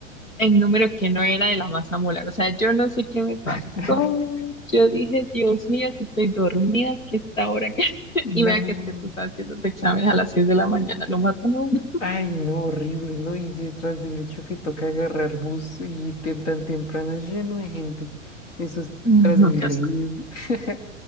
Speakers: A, on the left; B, on the left.
A: el número que no era de la masa molar. O sea, yo no sé qué me pasó.
B: <laughs>
A: Yo dije, Dios mío, que estoy dormida, que esta hora que... <laughs> Y
B: No,
A: vea que es que tú sabes que los exámenes a las 6 de la mañana lo matan a uno.
B: ay, no, horrible, ¿no? Y detrás del hecho que toca agarrar bus y te- tan temprano es lleno de gente, esos
A: Ay,
B: Transmilenios.
A: no, qué asco.
B: <laughs>